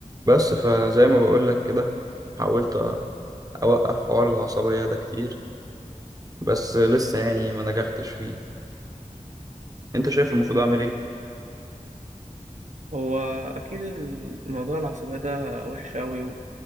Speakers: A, on the right; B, on the right.
A: بس فزي ما بقولك كده حاولت أوقف حوار العصبية ده كتير بس لسه يعني ما نجحتش فيه أنت شايف المفروض أعمل إيه؟
B: هو أكيد الموضوع العصبية ده وحش أوي و...